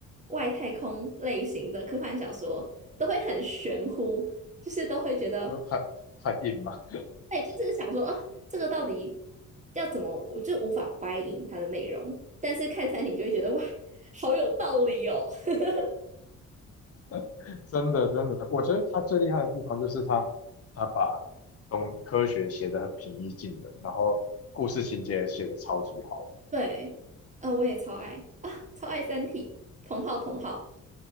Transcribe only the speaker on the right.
外太空类型的科幻小说，都会很玄乎，就是都会觉得。
对，就是想说，啊，这个到底要怎么，我就无法 buy in 它的内容。但是看餐厅就会觉得，哇，好有道理哦。<laughs>
对，呃，我也超爱啊，超爱《三体》，同号同号。